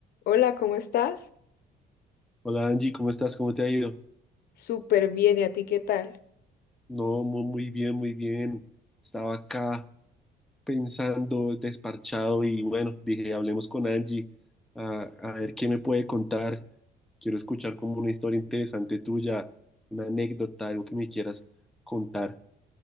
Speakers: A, on the left; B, in the centre.
A: Hola, ¿cómo estás?
B: Hola Angie, ¿cómo estás? ¿Cómo te ha ido?
A: Súper bien, ¿y a ti qué tal?
B: No, mu- muy bien, muy bien. Estaba acá pensando, desparchado y bueno, dije, hablemos con Angie a, a ver qué me puede contar. Quiero escuchar como una historia interesante tuya, una anécdota, algo que me quieras contar.